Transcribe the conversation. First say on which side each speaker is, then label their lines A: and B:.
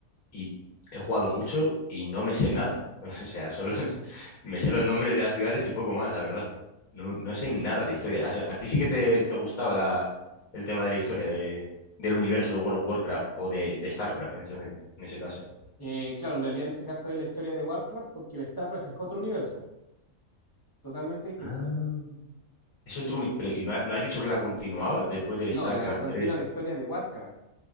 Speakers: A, on the left (about 85°); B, on the left (about 20°).
A: y he jugado mucho y no me sé nada. <laughs> O sea, solo es- me sé los nombres de las ciudades y poco más, la verdad. No, no sé nada de historia. O sea, a ti sí que te, te gustaba la, el tema de la historia de, del universo de World of Warcraft o de, de StarCraft en ese, en ese caso.
B: Eh, claro, en realidad en ese caso es la historia de Warcraft porque el StarCraft es otro universo, totalmente distinto.
A: Ah, es otro...
B: El,
A: uni- Pero, ¿y no, ha- no has dicho que la continuaba después del
B: no,
A: StarCraft
B: la, continúa
A: tres
B: la historia de Warcraft,